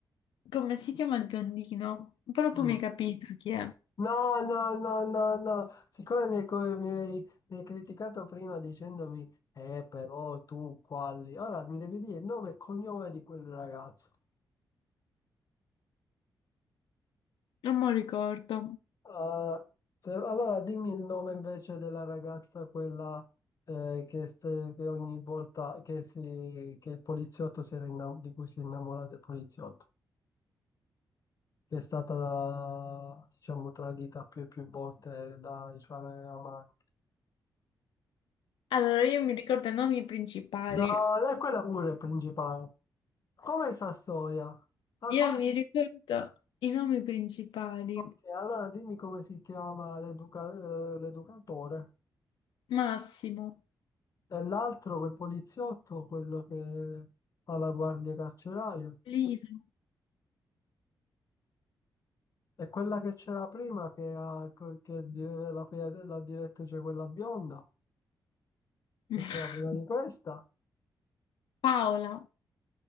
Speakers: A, on the left (about 80°); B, on the left (about 45°).
A: Come si chiama il biondino? Però tu
B: Mm.
A: mi hai capito chi è.
B: No, no, no, no, no, siccome mi hai, co- mi hai- mi hai criticato prima dicendomi, eh, però tu quali, ora mi devi dire il nome e cognome di quel ragazzo.
A: Non me lo ricordo.
B: Ah, se- allora dimmi il nome invece della ragazza, quella eh, che, st- che ogni volta che, si- che il poliziotto si era inna- di cui si è innamorato il poliziotto, che è stata, diciamo, tradita più e più volte dai suoi amanti.
A: Allora, io mi ricordo i nomi principali.
B: No, è quella pure è principale. Come Sassoia? Ah,
A: Io
B: come
A: mi
B: si...
A: ricordo i nomi principali.
B: Ok, allora dimmi come si chiama l'educa- eh, l'educatore.
A: Massimo,
B: E l'altro, quel poliziotto, quello che fa la guardia carceraria.
A: Lino,
B: E quella che c'era prima, che, ha, che è di- la, prima- la direttrice, quella bionda, che
A: <laughs>
B: c'era prima di questa.
A: Paola.